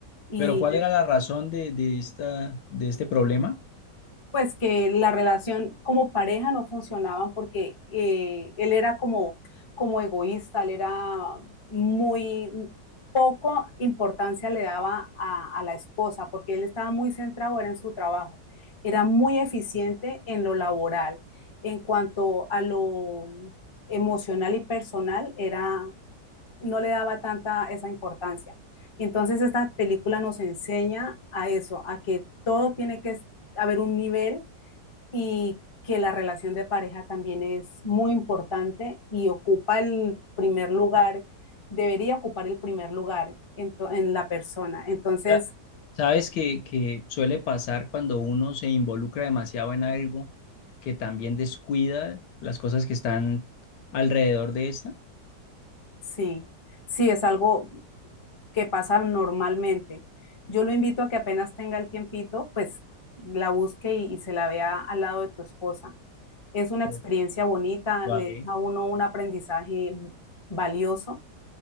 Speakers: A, on the left; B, on the left.
A: y
B: Pero ¿cuál era la razón de, de esta, de este problema?
A: pues que la relación como pareja no funcionaban porque eh, él era como, como egoísta, él era muy poco importancia le daba a, a la esposa porque él estaba muy centrado era en su trabajo, era muy eficiente en lo laboral, en cuanto a lo emocional y personal era no le daba tanta esa importancia. Y entonces esta película nos enseña a eso, a que todo tiene que haber un nivel y que la relación de pareja también es muy importante y ocupa el primer lugar, debería ocupar el primer lugar en, to- en la persona. Entonces,
B: Ya, Sabes que, que suele pasar cuando uno se involucra demasiado en algo que también descuida las cosas que están alrededor de esta.
A: sí, sí, es algo que pasa normalmente. Yo lo invito a que apenas tenga el tiempito, pues la busque y, y se la vea al lado de tu esposa. Es una
B: O-
A: experiencia bonita,
B: Vale.
A: le deja a uno un aprendizaje valioso